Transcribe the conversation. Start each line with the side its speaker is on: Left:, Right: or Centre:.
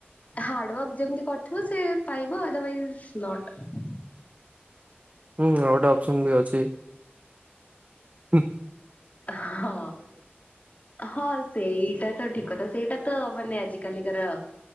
Left: ହାର୍ଡୱାର୍କ ଯେମିତି କରିଥିବ ସେ। ପାଇାବ ଅଦରୱାଇସ ନଟ୍।
Right: ହୁଁ ଆଉ ଗୋ ଟେ ଅପସନ ବି ଅଛି । ହୁଁ ।
Left: ହଁ ହଁ । ସେଇଟା ତ ଠିକ କଥା ସେଇଟା ତ ମାନେ ଆଜିକାର